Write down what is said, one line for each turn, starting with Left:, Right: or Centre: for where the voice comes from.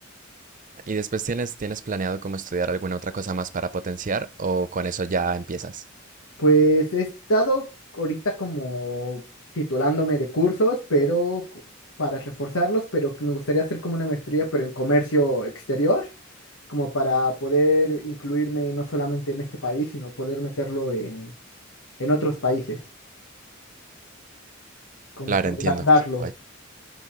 Right: ¿Y después tienes, tienes planeado como estudiar alguna otra cosa más para potenciar o con eso ya empiezas?
Left: Pues he estado ahorita como titulándome de cursos, pero co- para reforzarlos, pero que me gustaría hacer como una maestría, pero en comercio exterior, como para poder incluirme no solamente en este país, sino poder meterlo en, en otros países, como
Right: Claro,
Left: que agrandarlo.
Right: entiendo. Oye,